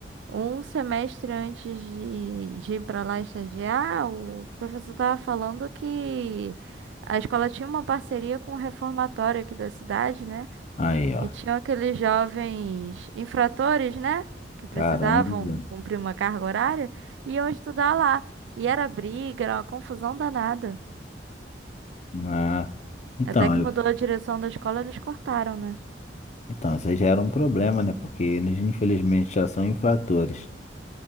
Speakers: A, on the right; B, on the left.
A: um semestre antes de, de ir para lá estagiar, o professor estava falando que a escola tinha uma parceria com o reformatório aqui da cidade, né?
B: Aí, ó.
A: E tinham aqueles jovens infratores, né? Que precisavam
B: Caramba.
A: cumprir uma carga horária, e iam estudar lá. E era briga, era uma confusão danada.
B: Ah. Então,
A: Até que
B: eu-
A: mudou a direção da escola, eles cortaram, né?
B: então, isso aí já era um problema, né? Porque eles, infelizmente, já são infratores.